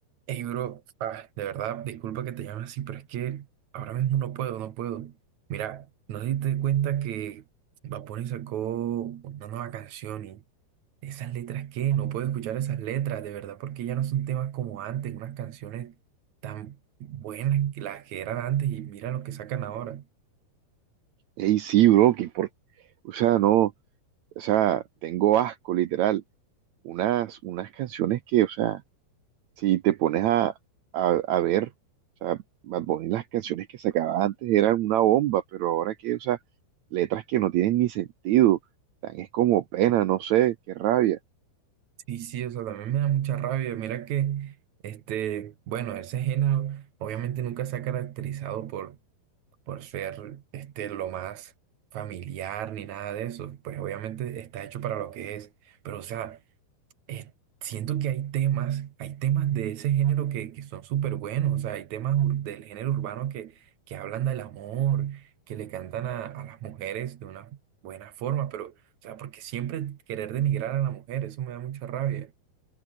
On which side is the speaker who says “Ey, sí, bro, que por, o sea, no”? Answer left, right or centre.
Right